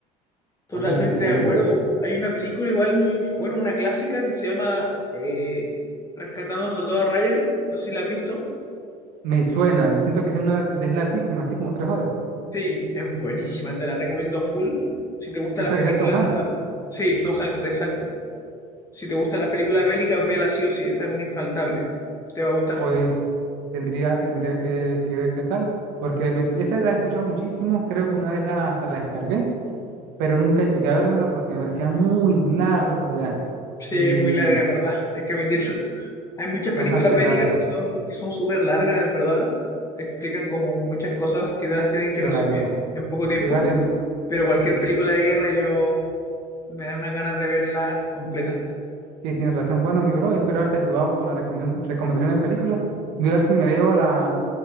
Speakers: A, on the left; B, on the right.
A: Totalmente
B: bastante increíble.
A: de acuerdo. Hay una película igual, bueno, una clásica que se llama eh, Rescatando a Soldado Ryan. No sé si la has visto.
B: Me suena, siento que es, una, lar- es larguísima, así como tres horas.
A: Sí, es buenísima, te la recomiendo a full. Si te gustan
B: Esa
A: las películas...
B: que sea Tom Hanks,
A: Sí, Tom Hanks, exacto. Si te gustan las películas bélicas, vela sí o sí, esa es una infaltable. Te va a gustar.
B: pues tendría, tendría que, que ver qué tal, porque me- esa la he escuchado muchísimo, creo que una vez la, hasta la descargué, pero nunca llegué a vérmela porque me parecía muy larga
A: Sí,
B: y
A: es muy larga, en verdad, hay que admitirlo. Hay muchas
B: bastante
A: películas bélicas
B: larga
A: que son que son súper largas, en verdad. Te explican como muchas cosas que te las tienen que
B: de
A: resumir
B: la guerra.
A: en poco tiempo,
B: Sí, vale, mi-
A: pero cualquier
B: sí, sí,
A: película de guerra yo me da unas ganas de verla completa.
B: sí, tienes razón. Bueno, mi bro, espero haberte ayudado con la recomendación, recomendación de películas. Voy a ver si me veo la,